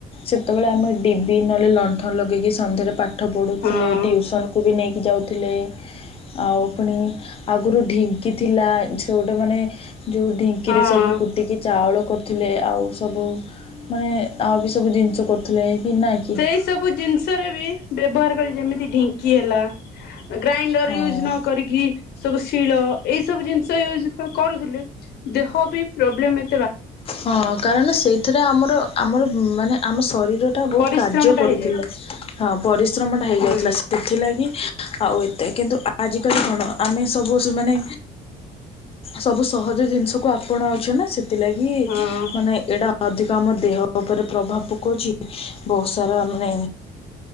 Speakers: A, on the left; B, on the left.
A: ସେତେବେଳେ ଆମେ ଡିବି ନହେଲେ ଲଣ୍ଠନ ଲଗେଇକି ସନ୍ଧ୍ୟାରେ ପା ପାଠ ପଢୁଥିଲେ
B: ହଁ
A: ଟିଉସନକୁୁ ବି ନେଇକି ଯାଉ ଥିଲେ। ଆଉ ପୁଣି ଆଗରୁ ଢିଙ୍କି ଥିଲା ସେ ଗୋଟେ ମାନେ। ଯୋଉ ଢିଙ୍କିରେ
B: ହଁ
A: ସବୁ କୁଟିକି ଚାଉଳ କ ଥିଲେ ଆଉ ସବୁ ମାନେ ଆଉ ବି ସବୁ ଜିନିଷ କରୁଥିଲେ। କି ନା କି
B: ସେଇ ସବୁ ଜିନିଷରେ ବି ବ୍ୟବହାର। ଯେମିତି ଢିଙ୍କି ହେଲା। ଗ୍ରାଇଣ୍ଡର
A: ହଁ
B: ୟୁଜ୍ ନ କରିକି ସବୁ ଶିଳ। ଏଇ ସବୁ ଜିନିଷ ୟୁଜ କ-କରୁଥିଲେ ଦେହ ବି ପ୍ରୋବ୍ଲେମ ଏ
A: ହଁ କାରଣ ସେଇଥିରେ ଆମର। ଆମର ମାନେ ଆମ ଶରୀ ଟା ବହୁତ
B: ପରିଶ୍ରମ
A: କାର୍ଯ୍ୟ
B: ଟା
A: କରୁଥିଲେ
B: ହେଇଯାଏ
A: ହଁ ପରିଶ୍ରମ ଟା ହେଇଯାଉଥିଲା
B: ହୁଁ
A: ସେଥିଲାଗି। ଆଉ ଏତେ କିନ୍ତୁ ଆଜିିକାଲି କଣ ଆମେ ସବୁ ମାନେ ସବୁ ସହଜ ଜିନିଷକୁ ଆପଣାଉଛେ ନା ସେ ଥିଲାଗି
B: ହଁ
A: ମାନେ ଏଟା ଅଧିକ ଆମ ଦେହ ଉପରେ ପ୍ରଭାବ ପକଉଛି ବହୁତ ସାରା ମାନେ